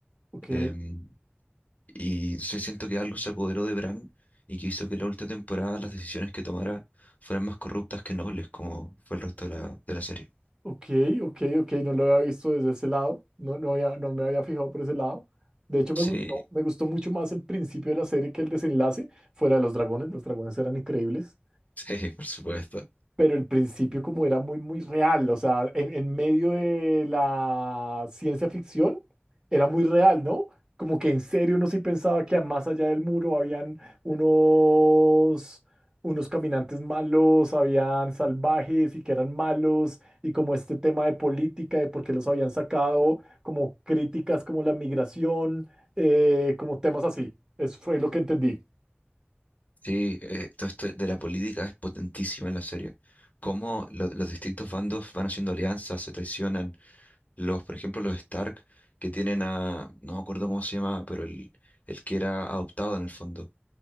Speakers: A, on the right; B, on the left.
A: ok,
B: em, Y se siento que algo se apoderó de Bran y que hizo que la última temporada las decisiones que tomara fueran más corruptas que nobles, como fue el resto de la, de la serie.
A: ok, ok, ok, no lo había visto desde ese lado, no, no había- no me había fijado por ese lado. De hecho, me
B: Sí,
A: gustó, me gustó mucho más el principio de la serie que el desenlace fuera de los dragones. Los dragones eran increíbles.
B: sí, <laughs> por supuesto.
A: pero el principio como era muy, muy real, o sea, en, en medio de la ciencia ficción, era muy real, ¿no? Como que en serio uno sí pensaba que más allá del muro habían unos, unos caminantes malos, habían salvajes y que eran malos, y como este tema de política, de por qué los habían sacado, como críticas como la migración, eh, como temas así. Eso fue lo que entendí.
B: Sí, eh, todo esto de la política es potentísima en la serie. Cómo lo- los distintos bandos van haciendo alianzas, se traicionan. Los, por ejemplo, los Stark, que tienen a, no me acuerdo cómo se llama, pero el, el que era adoptado en el fondo.